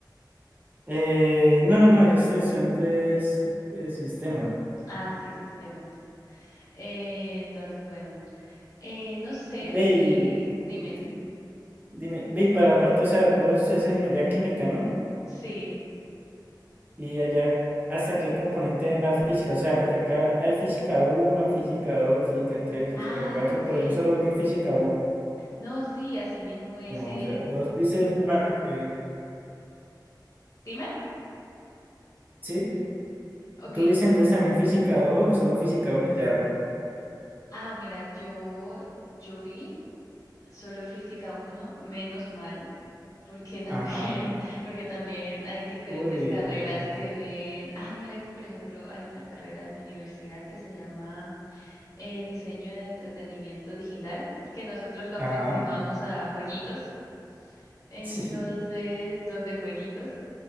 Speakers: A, on the right (about 25°); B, on the left (about 45°).
A: Eh, no, no, no, yo estoy usando es, eh, sistema.
B: Ah, sí, sistemas. Eh, entonces, bueno, eh, no sé
A: Ve
B: si,
A: y
B: dime,
A: di- dime, ve y para la parte, o sea, vos haces ingeniería química, ¿no?
B: sí.
A: Y allá, ¿hasta qué componente en la física? O sea, porque acá hay física uno física dos física tres física
B: Ah,
A: cuatro
B: ok.
A: pero yo solo vi física uno
B: No, sí, así mismo es
A: O
B: en...
A: sea, vos dices, Mario, que
B: Dime,
A: sí,
B: ok.
A: tú dices entonces también física 2 o solo física uno y ya.
B: Ah, mira, yo, yo vi solo física uno menos mal. Porque también,
A: Ajá.
B: <laughs> porque también hay diferentes
A: Uy,
B: carreras
A: eh,
B: que ven, ah, mira que por ejemplo hay una carrera en mi universidad que se llama eh, Diseño de Entretenimiento Digital, que nosotros lo aproximamos
A: ajá.
B: a jueguitos. Entonces,
A: <laughs> Sí,
B: los de jueguitos,